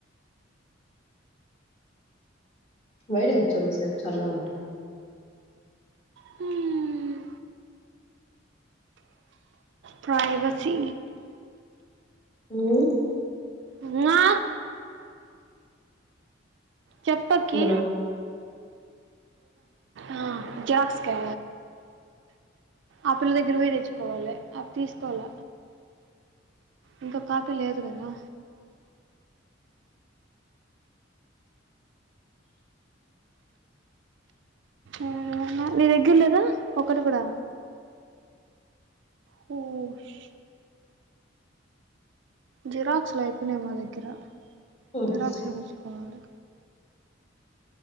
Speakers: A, on the left; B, on the right.
A: బయట కూర్చో వచ్చుగా చల్ల గా ఉంటాయి.
B: హ్మ్! ప్రైవసి.
A: హ్మ్.
B: ఉమా చెప్పక్కి
A: మన
B: ఆ జిరాక్స్ కా ఆ పిల్ల దగ్గర పోయి తెచ్చుకోవాలి అవి తీసుకోవాల ఇంకో కాపీ లేదు కదా ఉహూ నీ దగ్గర లేదా ఒకటి కూడా హుష్ జిరాక్స్ లు అయిపోయినాయి మా దగ్గర
A: హుహు.
B: జిరాక్స్ చేపిచ్చుకోవాలి